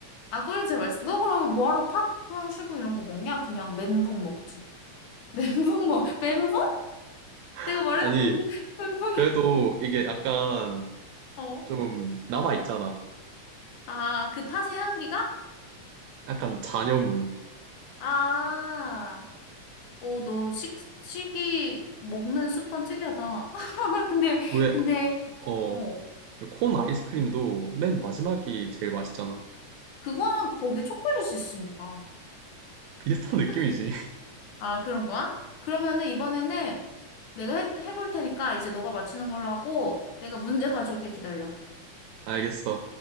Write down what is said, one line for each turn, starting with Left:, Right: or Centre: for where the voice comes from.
Left: 아, 꼬리 제일 맛있어. 너 그럼 뭐하러 팥붕, 슈붕 이런 거 먹냐? 그냥 멘붕 먹지. <laughs> 멘붕 먹, 멘붕?
Right: <laughs>
Left: 내가 말해놓고
Right: 아니,
Left: <laughs> 멘붕이야.
Right: 그래도 이게 약간
Left: 어? 어.
Right: 좀 남아있잖아.
Left: 아, 그 팥의 향기가?
Right: 약간 잔여물.
Left: 아. 어, 너 식, 식이 먹는 습관 특이하다. <laughs> 근데,
Right: 왜,
Left: 근데,
Right: 어,
Left: 어, 어,
Right: 콘 아이스크림도
Left: 어.
Right: 맨 마지막이 제일 맛있잖아.
Left: 그거는 거기 초콜릿이 있으니까.
Right: 비슷한 느낌이지.
Left: 그치?
Right: <laughs>
Left: 아, 그런 거야? 그러면은 이번에는 내가 해, 해볼 테니까 이제 너가 맞추는 걸로 하고 내가 문제 가져올게 기다려.
Right: 알겠어.